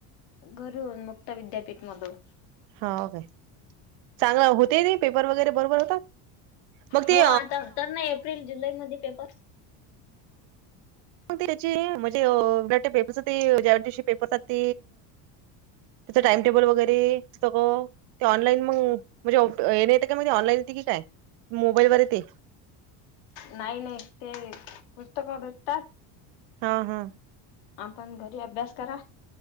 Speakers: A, on the left (about 80°); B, on the right (about 70°).
A: घरून मुक्त विद्यापीठ मधून.
B: हाव काय? चांगलं होते ते. पेपर वगैरे बरोबर होतात. मग ते
A: हो आता तर नाही. एप्रिल जुलैमध्ये पेपर.
B: त्याची म्हणजे अ पेपरच ते ज्या दिवशी पेपर असता ते त्याच टाइम टेबल वगैरे सगळ? ते ऑनलाईन मग, म्हणजे येने येत का मग ते ऑनलाईन की काय मोबाईल वर येते?
A: नाही नाही ते पुस्तकं भेटतात.
B: हा हा.
A: आपण घरी अभ्यास करा.